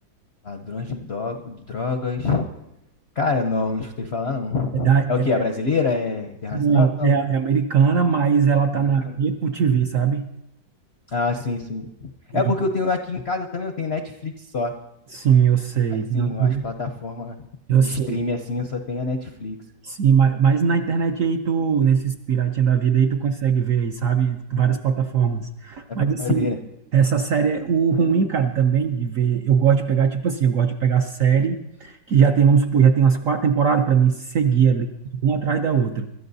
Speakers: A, on the left; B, on the right.
A: Ladrões de do- drogas. Cara, não, não escutei falar, não.
B: É da,
A: É o que?
B: é-
A: É brasileira? É internacional?
B: não, é, é americana, mas ela tá
A: Americana?
B: na Apple TV, sabe?
A: Ah, sim, sim.
B: E-
A: É porque eu tenho aqui em casa também, eu tenho Netflix só.
B: sim, eu sei.
A: Assim,
B: Uhum.
A: as plataformas
B: Eu
A: de
B: sei.
A: streaming assim, eu só tenho a Netflix.
B: Sim, ma- mas, na internet aí tu, nesses piratinha da vida aí, tu consegue ver aí, sabe? Várias plataformas.
A: É
B: Mas
A: pra
B: assim,
A: ver, né?
B: essa série, é o ruim, cara, também de ver, eu gosto de pegar, tipo assim, eu gosto de pegar série que já tem, vamos supor, já tem umas quatro temporadas pra mim seguir ali, uma atrás da outra.